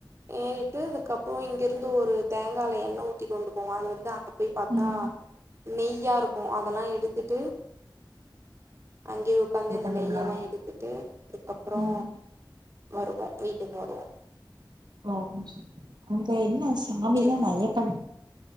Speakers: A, on the right (about 35°); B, on the right (about 60°).
A: ஏறிட்டு அதுக்கப்புறோ இங்கிருந்து ஒரு தேங்காய எண்ணெய் ஊத்தி கொண்டு போவோ அது வந்து அங்க போய் பாத்தா
B: ம்
A: நெய்யா இருக்கு அதெல்லா எடுத்துட்டு அங்கேயே உக்காந்து
B: இது
A: அந்த
B: பண்ணீங்களா
A: நெயெல்லா எடுத்துட்டு அதுக்கப்புறோ
B: ம்
A: வருவோ வீட்டுக்கு வருவோ
B: மா ஒரு நிமிஷோ அங்க என்ன சாமிதான்
A: சரி
B: ஐயப்பன்